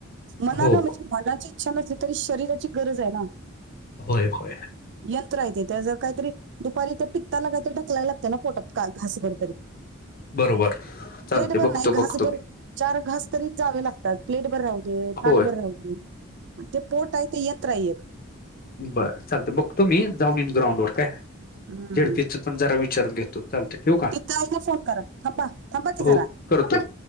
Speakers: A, on the right; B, on the left.
A: मनान
B: हो
A: म्हणजे मनाची छान असली तरी शरीराची गरज आहे ना.
B: होय हो.
A: यंत्र येते त्या जर काहीतरी दुपारी ते पिकताला काय ते ढकलायला लागते ना पोट घास. बरोबरी.
B: बरोबर. चालते
A: प्लेटभर
B: बघतो
A: नाही घासभर
B: बघतो मी
A: चार घास तरी जावे लागतात प्लेटभर राहूदे राहवते
B: होय
A: ताटभर राहूदे राहते. ते पोट आय ते यात्र आहे एक.
B: बरं चालत बघतो मी जाऊनन ग्राउंड वर काय
A: हम्म.
B: झडपीच पण जरा विचारून घेतो. चालत ठेऊ का?
A: ला फोन करा थांबा थांबाची
B: हो
A: करा
B: करतो